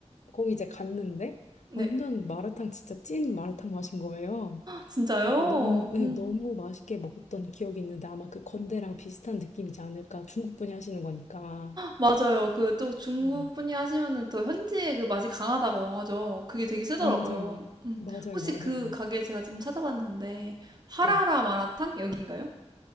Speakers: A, on the left (about 80°); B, on the right (about 35°).
A: 거기 이제 갔는데
B: 네.
A: 완전 마라탕 진짜 찐 마라탕 맛인 거예요.
B: 진짜요?
A: 그래갖고 너무 네,
B: 음.
A: 너무 맛있게 먹었던 기억이 있는데 아마 그 건대랑 비슷한 느낌이지 않을까 중국 분이 하시는 거니까
B: 맞아요. 그 또 중국
A: 음.
B: 분이 하시면은 더 현지의 그 맛이 강하다고 하죠. 그게 되게 세더라고요.
A: 맞아요
B: 음.
A: 맞아요
B: 혹시
A: 맞아요
B: 그 가게 제가 지금 찾아봤는데 하라라
A: 네
B: 마라탕 여기인가요?